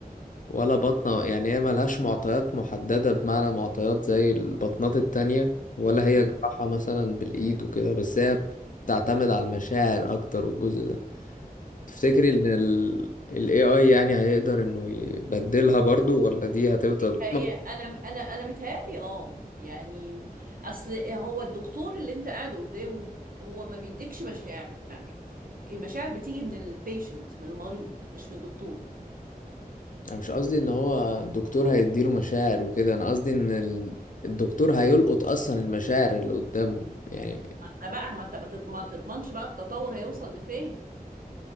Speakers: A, on the left; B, on the right.
A: ولا بطنة يعني هي ملهاش معطيات محددة بمعنى معطيات زي البطنات التانية ولا هي
B: مم.
A: جراحة مثلا بالإيد وكده بس هي بتعتمد على المشاعر أكتر والجزء ده تفتكري ان ال ال AI يعني هيقدر انه يبدلها برضو ولا دي هتفضل
B: هي
A: ما-
B: انا انا انا متهيألي اه يعني اصل هو الدكتور اللي انت قاعد قدامه هو ما بيديكش مشاعر المشاعر بتيجي من البيشنت من المريض مش من الدكتور
A: انا مش قصدي ان هو الدكتور هيديله مشاعر وكده انا قصدي ان ال- الدكتور هيلقط اصلا المشاعر اللي قدامه يعني
B: فبقى ما انت بتض- ما تضمنش بقى التطور هيوصل لفين